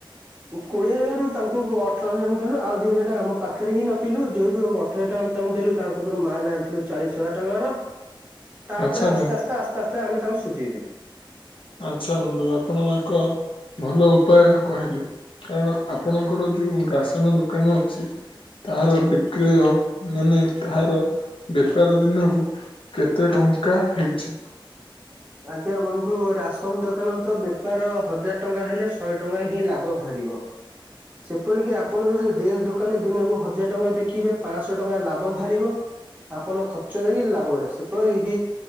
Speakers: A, on the right; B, on the left.
A: କୋଡିଏ ହଜାରରୁ ତାଙ୍କୁ ଅଠର ହଜାର ଟ ଦେଲୁ ଆଉ ଦି ହଜାର ଟା ଆମ ପାଖରେ ହିଁ ରଖିଲୁ ଯେହେତୁ ଅଠ ହଜାର ଟା ତା ଦେଲୁ ତାଙ୍କରୁ ମାଲ ଆଣିଥିଲୁ ଚାଳିଶ ହଜାର ଟଙ୍କାର ତାପରେ
B: ଆଚ୍ଛା
A: ଆସ୍ତେ
B: ବନ୍ଧୁ
A: ଆସ୍ତେ ଆସ୍ତେ ଆସ୍ତେ ଆମେ ତାଙ୍କୁ ସୁଝେଇ ଦେଲୁ।
B: ଆଚ୍ଛା ବନ୍ଧୁ ଆପଣ ଏକ ଭଲ ଉପାୟ କହିଲେ କାରଣ ଆପଣଙ୍କର ଯୋଉ ରାସନ ଦୋକାନ ଅଛି ତାହାର ବିକ୍ରୟ ମାନେ ତାହାର ବେପାର ଦିନକୁ କେତେ ଟଙ୍କା ଟଙ୍କା ଆଣିଛି।
A: ଆଜ୍ଞା ବନ୍ଧୁ ରାସନ ଦୋକାନ ତ ବେପାର ହଜାର ଟଙ୍କା ହେଲେ ଶହେ ଟଙ୍କା ହିଁ ଲାଭ ଭାରି ଥିବ ସେପରିକି ଆପଣ ଯଦି ଦେଶ ଦୋକାନ ଦିନକୁ ହଜାର ଟଙ୍କା ବିକିବେ ପାଞ୍ଚଶହ ଟଙ୍କା ଲାଭ ବାହାରିବ ଆପଣ ଖର୍ଚ୍ଚରେ କି ଲାଭ କ ସେପରି କି